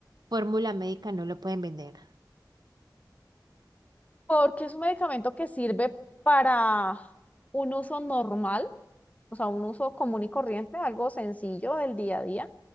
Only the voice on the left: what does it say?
porque es un medicamento que sirve para un uso normal, o sea, un uso común y corriente, algo sencillo del día a día